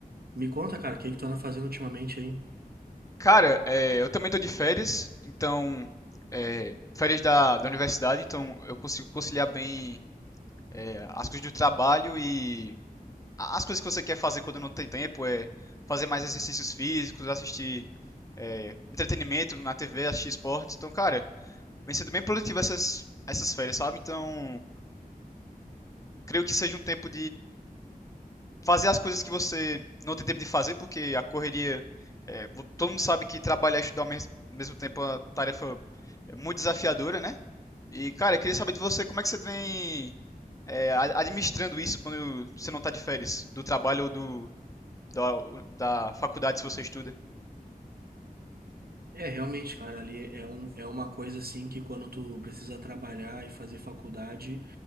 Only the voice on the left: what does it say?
Cara, é, eu também tô de férias, então, é, férias da, da universidade, então eu consigo conciliar bem é, as coisas do trabalho e a- as coisas que você quer fazer quando não tem tempo, é fazer mais exercícios físicos, assistir é, entretenimento na TV, assistir esportes. Então, cara, vem sendo bem produtivo essas, essas férias, sabe? Então, creio que seja um tempo fazer as coisas que você não tem tempo de fazer, porque a correria. é, vo- todo mundo sabe que trabalhar e estudar ao mes- mesmo tempo é uma tarefa é, muito desafiadora, né? E, cara, eu queria saber de você como é que você vem é, a- administrando isso quando você não está de férias, do trabalho ou do, da, da faculdade, se você estuda.